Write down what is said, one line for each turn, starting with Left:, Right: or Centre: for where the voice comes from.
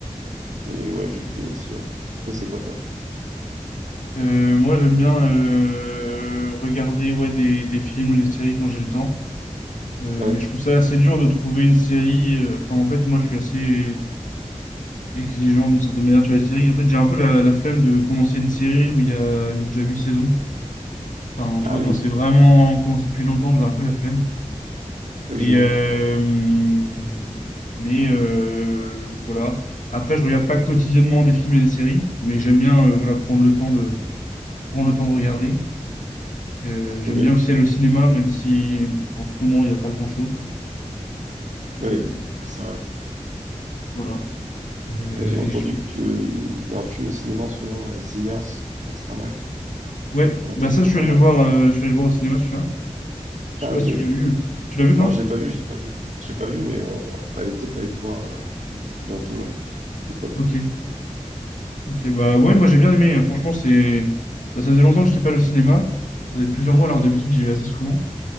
Right: mais ouais, jeux vidéo aussi, ouais. Et toi, c'est quoi, toi?
Left: Euh, moi, j'aime bien euh, regarder ouais, des, des films ou des séries quand j'ai le temps. Euh,
Right: Ouais.
Left: mais je trouve ça assez dur de trouver une série. euh, Enfin, en fait, moi, je suis assez exigeant d'une certaine manière sur les séries. En fait, j'ai un peu la, la flemme de commencer une série où il y a déjà huit saisons. Enfin, tu
Right: Ah
Left: vois,
Right: oui,
Left: quand c'est vraiment commencé depuis longtemps, j'ai un peu la flemme.
Right: ah oui,
Left: Et
Right: je vois.
Left: euh, mais euh, donc, voilà. Après, je regarde pas quotidiennement des films et des séries, mais j'aime bien euh, voilà prendre le temps de prendre le temps de regarder. Euh, j'aime
Right: Ok,
Left: bien aussi
Right: ouais.
Left: aller au cinéma, même si en ce moment il n'y a pas grand-chose. Euh,
Right: Oui, oui, c'est vrai.
Left: voilà. Euh,
Right: Ouais, J'ai entendu
Left: et je
Right: que le, il y a un film au cinéma en ce moment, euh, Sinners. Je crois que c'est pas mal.
Left: Ouais,
Right: J'ai entendu
Left: bah ça,
Right: que c'était
Left: je suis
Right: pas
Left: allé
Right: mal,
Left: le voir,
Right: mais.
Left: euh, je suis allé le voir au cinéma, celui-là. Je
Right: Ah,
Left: sais pas
Right: ok.
Left: si tu l'as vu. Tu l'as vu, toi?
Right: Non, je l'ai pas vu, je l'ai pas vu. Je l'ai pas vu, mais on, on allait peut-être aller le voir euh, bientôt, là, les potes.
Left: Ok. Ok, bah ouais, moi j'ai bien aimé. Franchement, c'est... bah, ça faisait longtemps que je n'étais pas allé au cinéma. Ça faisait plusieurs mois, alors que d'habitude, j'y vais assez souvent.